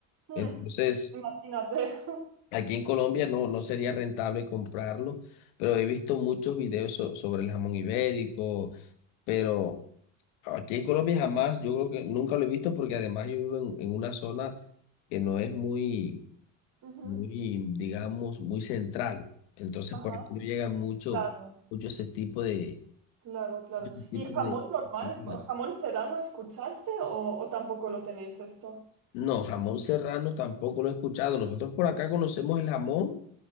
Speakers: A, on the right (about 50°); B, on the left (about 80°).
A: Hmm,
B: Entonces,
A: imagínate. <laughs>
B: aquí en Colombia no, no sería rentable comprarlo, pero he visto muchos videos so- sobre el jamón ibérico, pero aquí en Colombia jamás, yo creo que nunca lo he visto porque además yo vivo en, en una zona que no es muy,
A: Ujú,
B: muy, digamos, muy central. Entonces,
A: Ajá,
B: por aquí no llegan mucho,
A: claro,
B: mucho ese tipo de
A: claro, claro.
B: ese tipo
A: ¿Y jamón
B: de
A: normal?
B: comidas.
A: ¿Jamón serrano escuchaste o, o tampoco lo tenéis esto?
B: No, jamón serrano tampoco lo he escuchado. Nosotros por acá conocemos el jamón,